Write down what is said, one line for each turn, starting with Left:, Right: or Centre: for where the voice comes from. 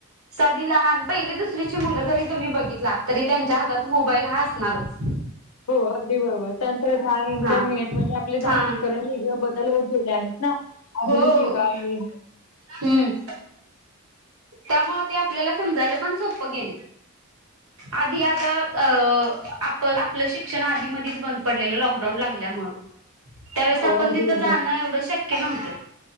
Right: साध लहान पहिली दुसरीची मुलं जरी तुम्ही बघितला तरी त्यांच्या हातात मोबाईल हा असणारच.
Left: हो अगदी बरोबर त्यानंत नाही इंटरनेटमध्ये
Right: हा
Left: आपले
Right: हा
Left: जागतिककरण वेगळे बदल होत गेले आहेत ना आधुनिक
Right: हो हो
Left: युगामुळे.
Right: हम्म. त्यामुळे ते आपल्याला समजायला पण सोप्प गेले. आधी आता अ आप आपलं शिक्षण आधी मधच बंद. पडलेल लॉकडाऊन लागल्यामूळ त्यावेेळेस
Left: हो
Right: आपण
Left: अगदी
Right: तिथं
Left: बरोबर
Right: जाणं एवढं शक्य नव्हतं.